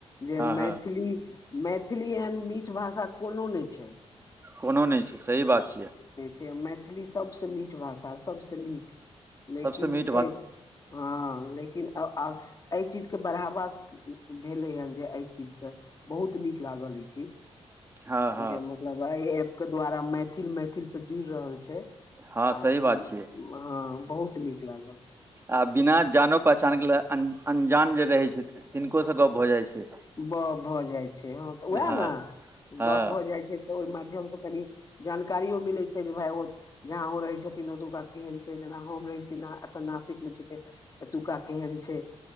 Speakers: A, on the left; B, on the right.
A: जे
B: हँ
A: मैथिली,
B: हँ
A: मैथिली एहन मीठ भाषा कोनो नहि छै।
B: कोनो नहि छै। सही बात छैय
A: से मैथिली सबसँ मीठ भाषा, सबसँ नीक, लेकिन
B: सभसँ मीठ
A: छैय।
B: भाषा
A: हँ, लेकिन एहि चीजके बढ़ावा। भेलै हन, जे एहि चीजसँ बहुत नीक लागल, ई चीज
B: हँ हँ
A: जे। मतलब एहि ऐपके द्वारा मैथिल मैथिलसँ जुड़ि रहल छै
B: हँ
A: आ।
B: सही
A: हँ
B: बात छियै
A: बहुत नीक लागल।
B: आ बिना जान पहिचानके लऽ, अनजान जे रहै छै तिनकोसँ गप भऽ जाइ छै।
A: बऽ भऽ जाइ छै, हँ तऽ उएह
B: हँ
A: ने,
B: हँ
A: गप भऽ जाइ छै। तऽ ओहि माध्यमसँ कनि जानकारियो मिलै छै, जे भाय, ओ जहाँ ओ रहै छथिन, ओका। केहन छैय, जेना हम रहै छी एखन नासिकमे छी तऽ एतुका केहन छैय।